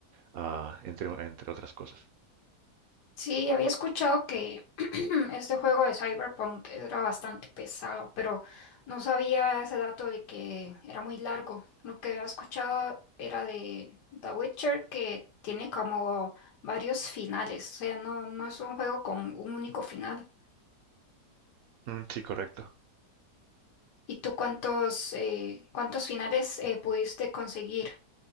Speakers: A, on the right; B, on the left.
A: ah, entre, entre otras cosas.
B: Sí, había escuchado que <clears throat> este juego de Cyberpunk era bastante pesado, pero no sabía ese dato de que era muy largo. Lo que había escuchado era de The Witcher, que tiene como varios finales, o sea, no, no es un juego con un único final.
A: Mm, sí, correcto.
B: ¿Y tú cuántos, eh, cuántos finales eh, pudiste conseguir?